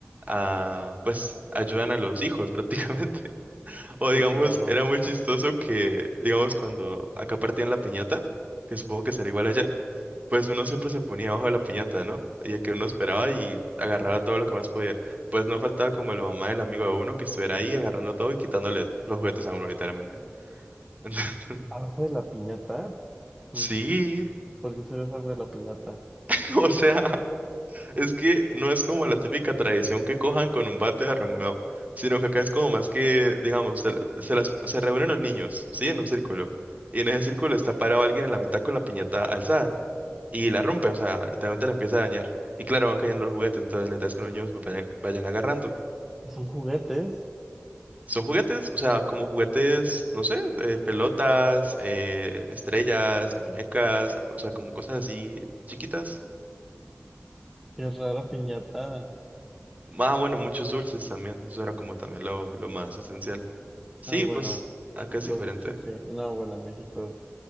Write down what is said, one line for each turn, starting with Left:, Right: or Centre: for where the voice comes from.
Right: ah, pues ayudan a los hijos <laughs> prácticamente. O
Centre: Sí,
Right: digamos,
Centre: claro.
Right: era muy chistoso que, digamos, cuando acá partían la piñata, que supongo que será igual allá, pues uno siempre se ponía abajo de la piñata, ¿no? Y que uno esperaba y agarraba todo lo que más podía. Pues no faltaba como la mamá del amigo de uno que estuviera ahí agarrando todo y quitándole los juguetes a uno literalmente. <laughs> Entonces,
Centre: Abajo de la piñata, pues,
Right: sí,
Centre: ¿por qué sería abajo de la piñata?
Right: <laughs> o sea. Es que no es como la típica tradición que cojan con un bate a Romeo, sino que acá es como más que, digamos, se, se las, se reúnen los niños, ¿sí? En un círculo. Y en ese círculo está parado alguien en la mitad con la piñata alzada. Y la rompe, o sea, literalmente la empieza a dañar. Y claro, van cayendo los juguetes, entonces la idea es que los niños vaya- vayan agarrando.
Centre: Son juguetes.
Right: Son juguetes, o sea, como juguetes, no sé, eh, pelotas, eh, estrellas, muñecas, o sea, como cosas así chiquitas.
Centre: Qué raro, piñata.
Right: Ah, bueno, muchos dulces también. Eso era como también lo, lo más esencial. Sí,
Centre: Ah, bueno,
Right: pues acá es
Centre: los
Right: diferente.
Centre: dulces sí. No, bueno, en México